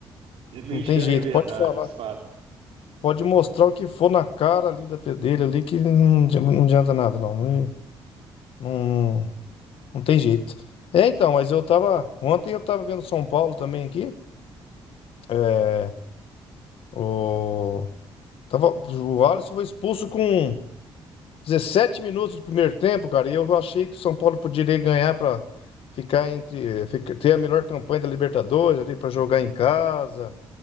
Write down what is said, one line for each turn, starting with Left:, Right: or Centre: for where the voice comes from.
Right: Ele não
Left: não
Right: enxerga
Left: tem jeito.
Right: a verdade,
Left: Pode falar.
Right: os fatos.
Left: Pode mostrar o que for na cara ali da pe- dele ali que não, adi- não adianta nada, não. Não, não, Não tem jeito. É, então, mas eu tava. Ontem eu tava vendo São Paulo também aqui. É, o, tava, o Alisson foi expulso com 17 minutos do primeiro tempo, cara. E eu achei que o São Paulo poderia ganhar pra ficar entre. eh, fica- ter a melhor campanha da Libertadores ali, pra jogar em casa,